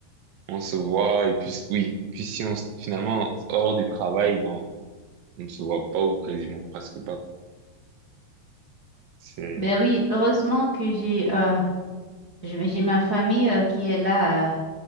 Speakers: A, on the right; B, on the right.
A: on se voit et puis oui, et puis si on s- finalement hors du travail, non, on ne se voit pas ou quasiment presque pas. quoi. C'est
B: Mais oui, heureusement que j'ai euh, je- j'ai ma famille euh, qui est là euh,